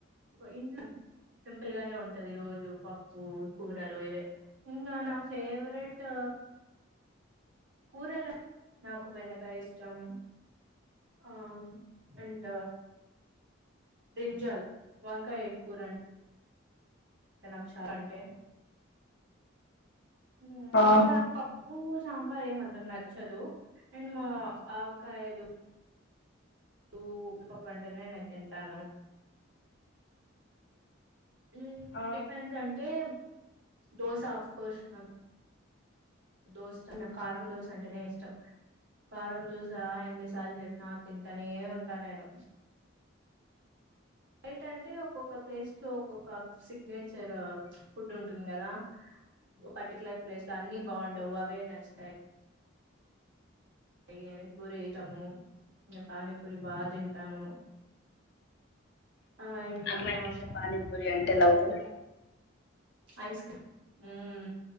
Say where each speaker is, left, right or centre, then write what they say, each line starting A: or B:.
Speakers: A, on the right (about 60°); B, on the left (about 55°).
A: పొ ఇంట్ల సింపుల్గానే ఉంటది రోజ్ పప్పూ కూరలు ఇవే ఇంగా నా ఫేవ్రేట్ కూరల నాకు బెండకాయిష్టం. ఆమ్ ఎంట బ్రింజాల్ వంకాయ్ కూరన్ అంటె నాక్ చారంటె ఉమ్
B: ఆ
A: ఇంక నాకు పప్పూ సాంబారేమ్ అంతగ నచ్చదు అండ్ మా ఆవకాయలు ఊ ఉప్పుతప్పంటేనే నే తింటాను ఊమ్
B: ఆ
A: టిఫెన్సంటేమ్ దోస అఫ్ కోర్స్ నాక్ దోశ చ నాక్ కారం దోశంటేనే ఇష్టం కారం దోశ ఎన్ని సాల్ జేస్నా తింటానే ఉంటా నేను <unintelligible> టంటె ఒక్కొక్క ప్లేస్లో ఒక్కొక్క సిగ్నేచర్ ప్చ్ ఫుడ్డుంటుంది గదా. ఒ పర్టికులర్ ప్లేస్లొ అన్ని బాండవు అవే నచ్చుతాయ్. ఎయ్యని పూరి ఐటము ఇంగ పానీపూరి బాగ్ తింటాను. ఆ ఇంకా
B: అమ్మాయిలకి పానీపూరి అంటే లవ్వు
A: ఐస్క్రీమ్ ఊమ్